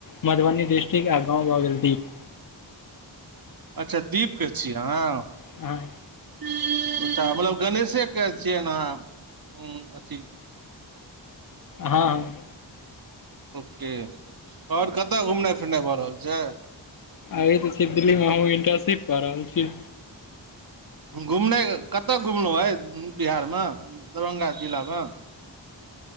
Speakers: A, on the left; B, on the right.
A: मधुबनी डिस्ट्रिक आ गाँव भऽ गेल दीप
B: अच्छअ दीप केँ छी अहाँ
A: हँ
B: <unintelligible> मतलब गणेशे कऽ छियै नऽ अहाँ अथी
A: हँ
B: ओ के आओर कतऽ घुमनाइ फिरनाइ भऽ रहल छै
A: अभि तऽ छी दिल्ली मऽ हम इन्टर्नशिप कऽ रहल छी
B: घुमना कतऽ घुमलहुँ आइ बिहार मऽ दरभंगा जिला म